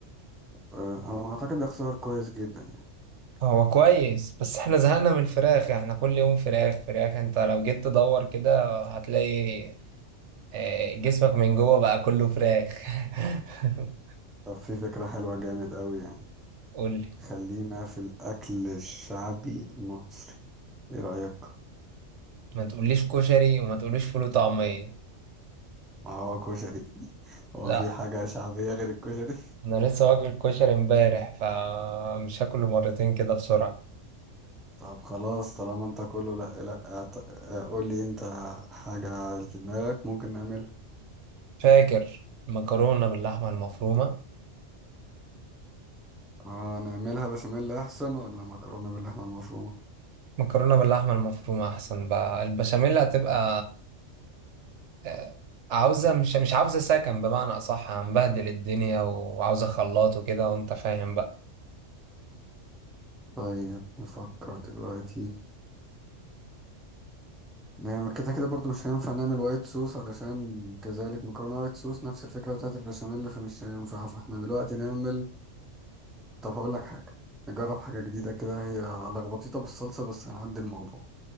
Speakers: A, in the centre; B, on the right.
A: آه على ما اعتقد ده اختيار كويس جدا يعني
B: هو كويس بس احنا زهقنا من الفراخ يعني احنا كل يوم فراخ فراخ انت لو جيت تدور كده هتلاقي آه، جسمك من جوه بقى كله فراخ <laughs>
A: طب في فكرة حلوة جامد قوي يعني
B: قولي
A: خلينا في الاكل الشعبي المصري ايه رأيك
B: ما تقوليش كشري وما تقوليش فول وطعمية
A: ما هو كشري <laughs> هو
B: لا
A: في حاجة شعبية غير الكشري
B: انا لسه واكل كشري امبارح فمش هاكله مرتين كده بسرعة
A: طب خلاص طالما انت كله لا لا اعت- اه، قول لي انت حاجة في دماغك ممكن نعملها
B: فاكر المكرونة باللحمة المفرومة
A: اه نعملها بشاميل احسن ولا مكرونة باللحمة المفرومة
B: مكرونة باللحمة المفرومة أحسن بقى البشاميل هتبقى آه، عاوزة مش مش عاوزة سكن بمعنى أصح هنبهدل الدنيا وعاوزة خلاط وكده وأنت فاهم بقى
A: طيب نفكر دلوقتي نعمل كده كده برضو مش هينفع نعمل وايت صوص علشان كذلك مكرونة وايت صوص نفس الفكرة بتاعت البشاميل فمش هينفع فاحنا دلوقتي نعمل طب هقول لك حاجة نجرب حاجة جديدة كده هي لخبطيطة بالصلصة بس هنعدي الموضوع